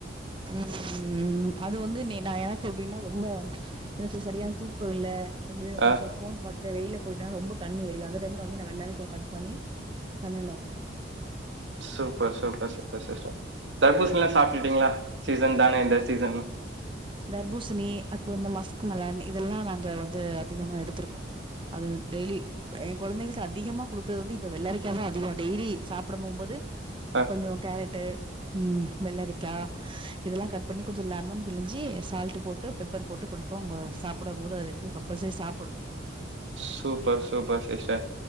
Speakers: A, on the right; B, on the right.
A: ம் ம் அது வந்து நீ நா எனக்கு எப்டின்னா ரொம்ப எனக்கு சரியா தூக்கோ இல்ல அப்டியே கொஞ்சம்
B: ஆ
A: ஃபோன் பாத்துட்டு வெயில்ல போயிட்டா ரொம்ப கண்ணு ஏறியும் அந்த டைம்ல வந்து வெள்ளரிக்காய் கட் பண்ணி கண்ணுல வெப்ப
B: சூப்பர் சூப்பர் சூப்பர் சிஸ்டர் தர்பூசணில்லா சாப்ட்டுட்டீங்ளா சீசன் தாங்க இந்த சீசன்
A: தர்பூசணி அப்புறம் இந்த மஸ்க்கு மெலன் இதெல்லா நாங்க வந்து அதிகமா எடுத்துருக்கோ அது டெய்லி எங் கொழந்தைகளுக்கு அதிகமா குடுக்குறது வந்து இப்ப வெள்ளரிக்காதா அதிகமா டெய்லி சாப்ட போகும்போது
B: ஆ.
A: கொஞ்சோ கேரட்டு ம் வெள்ளரிக்கா இதெல்லா கட் பண்ணி கொஞ்சொ லெமன் பிழிஞ்சி சால்ட் போட்டு பெப்பர் போட்டு குடுப்போ அவங்க சாப்புடும் போது அது எடுத்து கம்பல்சரி சாப்புடணு
B: சூப்பர் சூப்பர் சிஸ்டர்